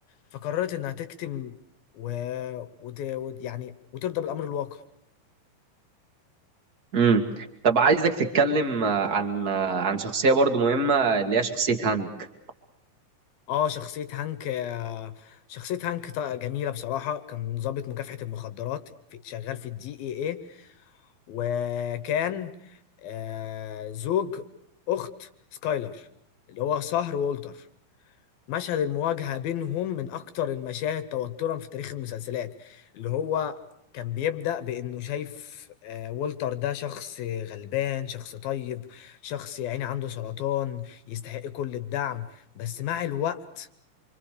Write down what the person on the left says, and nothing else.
فقررت انها تكتم و... وت... وت... يعني وترضى بالامر الواقع
اه شخصية هانك آه، شخصية هانك ط- جميلة بصراحة كان ضابط مكافحة المخدرات في- شغال في الدي اي اي وكان آه، زوج أخت سكايلر اللي هو سهر وولتر مشهد المواجهة بينهم من أكتر المشاهد توترا في تاريخ المسلسلات اللي هو كان بيبدأ بإنه شايف آه، وولتر ده شخص غلبان شخص طيب شخص يعني عنده سرطان يستحق كل الدعم بس مع الوقت